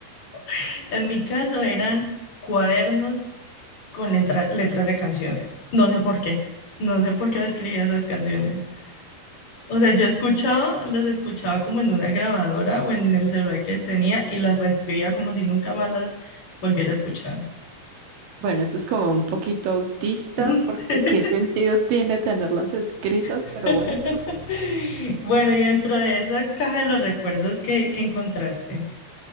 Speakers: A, on the left; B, on the right.
A: <laughs> en mi caso eran cuadernos con letra- letras de canciones. No sé por qué. No sé por qué escribía esas canciones. O sea, yo escuchaba, las escuchaba como en una grabadora o en el celular que tenía y las reescribía como si nunca más las volviera a escuchar.
B: Bueno, eso es como un poquito autista,
A: <laughs>
B: porque qué sentido tiene tenerlas escritas,
A: <laughs>
B: pero bueno.
A: Bueno, y dentro de esa caja de los recuerdos que, que encontraste,